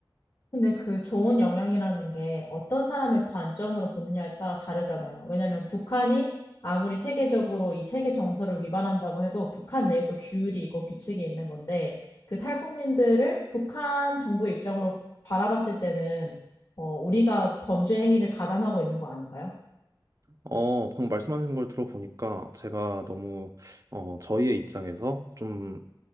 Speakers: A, on the left; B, on the right.
A: 근데 그 좋은 영향이라는 게 어떤 사람의 관점으로 보느냐에 따라 다르잖아요. 왜냐하면 북한이 아무리 세계적으로 이 세계 정서를 위반한다고 해도 북한 내에 또 규율이 있고 규칙이 있는 건데 그 탈북민들을 북한 정부 입장으로 바라봤을 때는 어, 우리가 범죄 행위를 가담하고 있는 거 아닌가요?
B: 어, 방금 말씀하신 걸 들어보니까 제가 너무 어, 저희의 입장에서 좀